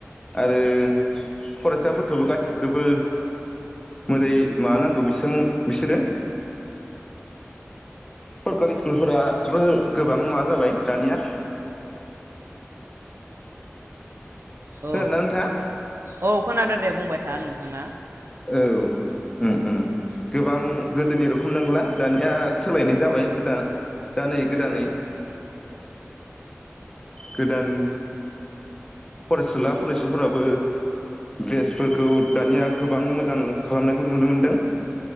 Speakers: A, on the left; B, on the right.
A: आरो फरायसाफोरखौबो गासिखौबो मोजाङै माबानागौ नांगौ बिसोरो सरकारि स्कुलफोराबो गोबां माबा जाबाय दानिया। खोनादोंना
B: औ
A: नोंथाङा
B: औ खोनादो दे बुंबाय था नोंथाङा
A: औ उम उम गोबां गोदोनि रोखोम नंला दानिया सोलायनाय जाबाय गोदान दानै गोदानै गोदान फरायसुला फरायसुफोराबो द्रेसफोरखौ दानिया गोबां मोजां खालामनायखौ नुनो मोनदों।